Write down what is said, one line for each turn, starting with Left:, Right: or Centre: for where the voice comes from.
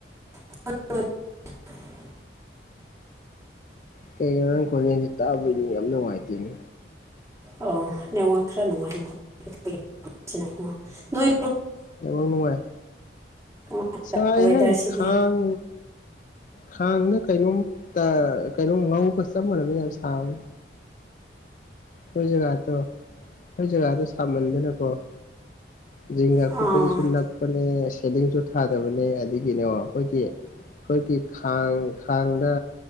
Right: ꯑ
Left: ꯀꯩꯀꯩ ꯉꯔꯥꯡ ꯈꯣꯂ ꯇꯥꯕ ꯌꯥꯝ ꯅꯨꯡꯉꯥꯏꯇꯦꯅꯦ
Right: ꯑꯥꯎ ꯂꯦꯎ ꯈꯔ ꯅꯉ ꯅꯣꯏ
Left: ꯑꯦꯕ ꯅꯅꯨꯡꯉꯥꯏ
Right: ꯀꯃꯥꯏ
Left: ꯆꯥꯏ
Right: ꯋꯦꯗꯔꯁꯤꯗꯤ
Left: ꯍꯩ ꯈꯪ ꯈꯥꯡꯅ ꯀꯩꯅꯣꯝ ꯀꯩꯅꯣꯝ ꯉꯒ ꯆꯞ ꯃꯥꯟꯅꯕꯅꯤ ꯌꯥꯝ ꯁꯥꯕꯅꯤ ꯑꯣ ꯒꯥꯣ ꯑꯣ ꯒꯣ ꯁ ꯃꯗꯦ ꯅ ꯀꯣ ꯤꯒꯥꯥ
Right: ꯑꯥ
Left: ꯀꯨ ꯄꯁꯨ ꯁꯦꯁꯨ ꯊꯥꯗꯕꯅꯦ ꯑꯗꯒꯤꯅꯦ ꯑꯩꯈꯣꯏꯒꯤ ꯑꯩꯈꯣꯏꯒꯤ ꯈꯥꯡ ꯊꯥꯡꯗ